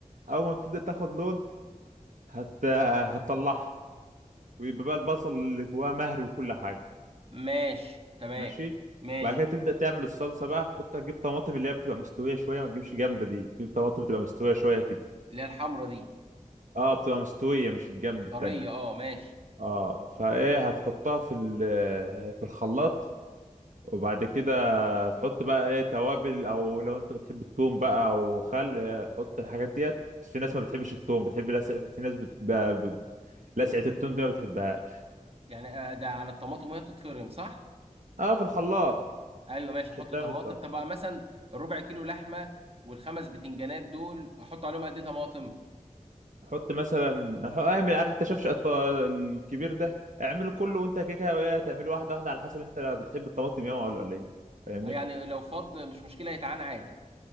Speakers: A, on the right (about 65°); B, on the right (about 45°).
A: اول ما بتبدا تاخد لون هت... هتطلعها ويبقى بقى البصل اللي جواها مهري وكل حاجه
B: ماشي تمام
A: ماشي
B: ماشي
A: بعد كده تبدا تعمل الصلصه بقى هتحط تجيب طماطم اللي هي بتبقى مستويه شويه ما تجيبش جامده دي في طماطم بتبقى مستويه شويه كده
B: اللي هي الحمرا دي
A: اه بتبقى مستويه مش الجامده
B: طريه
A: التانية
B: اه ماشي
A: اه فايه هتحطها في ال- في الخلاط وبعد كده هتحط بقى ايه توابل او لو انت بتحب التوم بقى وخل آه، حط الحاجات ديت بس في ناس ما بتحبش التوم بتحب لسع... في ناس بت... ب... ب... لسعة التوم دي ما بتحبهاش
B: يعني آه، ده على الطماطم وهي بتتفرم صح
A: اه في الخلاط
B: ايوه ماشي
A: عشان
B: احط
A: تعمل
B: طماطم
A: صح
B: طب بقى مثلا الربع كيلو لحمه والخمس بتنجانات دول احط عليهم قد ايه طماطم
A: حط مثلا ح- اعمل عارف انت شفشق الط- الكبير ده اعمله كله وانت كده كده إيه، هتعمله واحده واحده على حسب انت بتحب الطماطم ياما ولا قليل فاهمني
B: اه يعني لو فض مش مشكله يتعان عادي